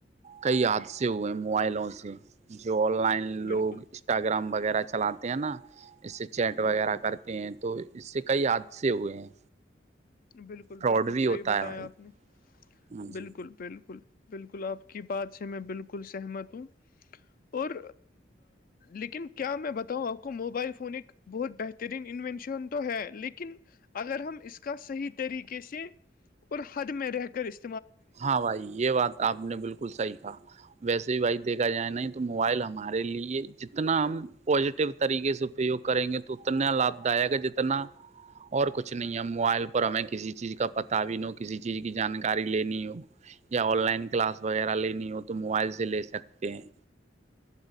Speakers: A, on the right; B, on the left.
A: کئی حادثے ہوئے موبائلوں سے جو آن لائن
B: بالکل
A: لوگ انسٹاگرام وغیرہ چلاتے ہیں نا اس سے چیٹ
B: بالکل
A: وغیرہ کرتے تے ہیں تو اس سے کئی حادثے ہوئے ہیں
B: بالکل
A: فراڈ
B: بالکل
A: بھی
B: صحیح
A: ہوتا
B: بتایا
A: ہے بھائی
B: آپ نے
A: ہاں جی
B: بالکل بالکل بالکل آپ کی بات سے میں بالکل سہمت ہوں اور لیکن کیا میں بتاؤں آپ کو موبائل فون ایک بہت بہترین انوینشن تو ہے لیکن اگر ہم اس کا صحیح طریقے سے اور حد میں رہ کر اس
A: ہاں بھائی یہ بات آپ نے بالکل صحی کہا ویسے ہی بھائی دیکھا جائے نہیں تو موبائل ہمارے لیے جتنا ہم پزیٹو طریقے سے اپیوگ کریں گے تو اتنا لابھ دائک ہے جتنا اور کچھ نہیں ہے موبائل پر ہمیں کسی چیز کا پتا بھی نو کسی چیز کی جانکاری لینی ہو یا آن لائن کلاس وغیرہ لینی ہو تو موبائل سے لے سکتے ہیں